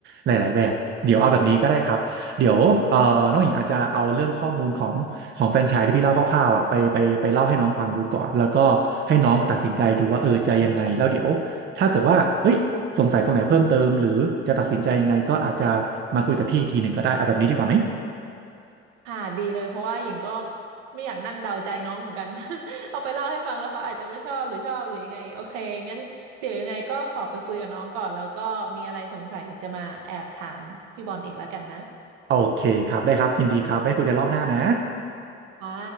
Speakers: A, on the right; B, on the right.
A: หลายๆแบบเดี๋ยวเอาแบบนี้ก็ได้ครับเดี๋ยวเอ่อน้องหญิงอาจจะเอาเรื่องข้อมูลของ ของแฟรนไชส์ที่พี่เล่าคร่าวๆอ่ะไปไปไปเล่าให้น้องฟังดูก่อนแล้วก็ให้น้องตัดสินใจดูว่าเออจะยังไงแล้วเดี๋ยวถ้าเกิดว่าเอ้ยสงสัยตรงไหนเพิ่มเติมหรือจะตัดสินใจยังไงก็อาจจะมาคุยกับพี่อีกทีหนึ่งก็ได้เอาแบบนี้ดีกว่าไหม
B: ค่ะดีเลยเพราะว่าหญิงก็ไม่อยากนั่งเดาใจน้องเหมือนกัน <laughs> เอาไปเล่าให้ฟังแล้วเขาอาจจะไม่ชอบหรือชอบหรือยังไงโอเคงั้นเดี๋ยวยังไงก็ขอไปคุยกับน้องก่อนแล้วก็มีอะไรสงสัยจะมาแอบถามพี่บอลอีกแล้วกันนะ
A: โอเคครับได้ครับยินดีครับไว้คุยกันรอบหน้านะ
B: ค่ะ